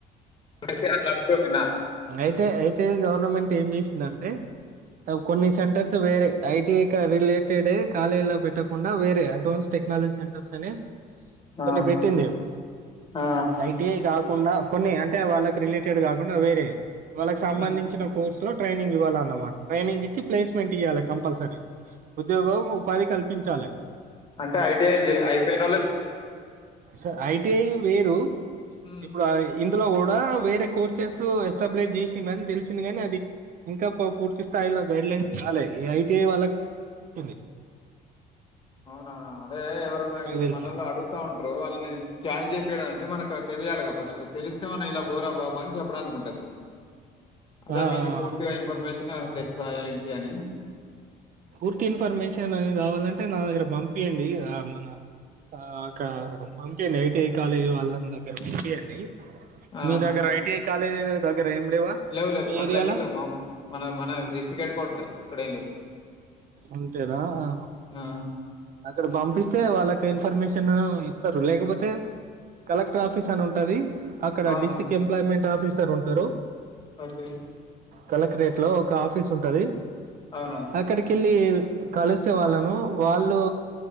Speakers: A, on the left; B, on the right.
A: వి
B: అయితే అయితే గవర్నమెంట్ ఏం చేసిందంటే కొన్ని సెంటర్స్ వేరే ఐటి రిలేటెడ్ కాలేజ లో పెట్టకుండా వేరే అడ్వాన్స్ టెక్నాలజీ సెంటర్స్ అని
A: ఆ!
B: కొన్ని పెట్టింది
A: ఆ!
B: ఐటి కా కుండా కొన్ని అంటే వాళ్ళకి రిలేటెడ్ కాకుండా వేరే వాళ్ళకి సంబంధించిన
A: హ్మ్.
B: కోర్సు లో ట్రైనింగ్ ఇవ్వాలన్నమాట ట్రైనింగ్ ఇచ్చి ప్లేస్ స్మెంట్ ఇయ్యాలె కంపల్సరీ ఉద్యోగం ఉపాధి కల్పించాలి
A: అంటే ఐటీఐ జే అయిపోయినోళ్ళే
B: స ఐటిఐ వేరు
A: హ్మ్
B: ఇప్పుడు ఆయి ఇందులో కూడా వేరే కోర్సెస్ ఎస్టాబ్లిష్ చేసిందిని తెలిసింది కాని అది ఇంకా పూర్తి స్థాయిలో గైడ్ లైన్ చాలే ఈ ఐటిఐ వాళ్ళకింది
A: అవునా అదే ఎవరన్నా ఇప్పుడు
B: తెలిసి
A: మనల్లో అడుగుతా ఉంటారు వాళ్ళని జాయిన్ చేపియాలంటే మనకు ఆ తెలియాలిగా ఫస్ట్ తెలిస్తే మన ఇలా పోరా బాబు అని చెప్ప అనుకుంటది అదే
B: ఆ
A: మీకు పూర్తిగా ఇన్ఫర్మేషన్ తెరుసా ఏంటి అని
B: పూర్తి ఇన్ఫర్మేషన్ కావాలంటే నా దగ్గర పంపీయండి మన ఆ ఒక పంపియండి ఐటిఐ కాలేజీ వాళ్ళ దగ్గర పంపియండి
A: ఆ
B: మీ దగ్గర ఐటీఐ కాలేజీ దగ్గర ఏం లేవా
A: లేవు లేవు
B: మీ
A: మన
B: ఏరియాలో
A: దగ్గర లేవు మా మన మన డిస్ట్రిక్ట్ హెడ్ క్వార్టరె ఇక్కడ ఏం లేవు
B: ఉంతేనా ఆ
A: ఆ!
B: అక్కడ పంపిస్తే వాళ్ళకి ఇన్ఫర్మేషన్ ఇస్తారు లేకపోతే కలెక్టర్ ఆఫీస్ అని ఉంటది అక్కడ
A: అవును.
B: డిస్టిక్ ఎంప్లాయమెంట్ ఆఫీస్ సార్ ఉంటారు
A: ఓకే
B: కలెక్టరేట్ లో ఒక ఆఫీస్ ఉంటది
A: అవునవును
B: అక్కడికి కలిస్తే వాళ్ళను వాళ్ళు